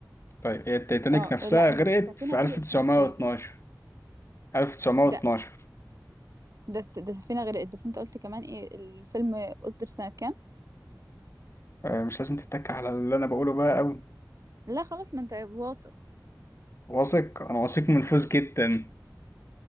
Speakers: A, on the left (about 40°); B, on the right (about 50°).
A: طيب هي التيتانيك
B: اه
A: نفسها
B: لا السفينة
A: غرقت في
B: غرقت
A: 1912
B: سنة كام
A: 1912
B: ده ده الس- ده السفينة غرقت بس انت قلت كمان ايه الفيلم أصدر سنة كام
A: أه مش لازم تتك على اللي انا بقوله بقى قوي
B: لا خلاص ما انت واثق
A: واثق انا واثق من فوز جدا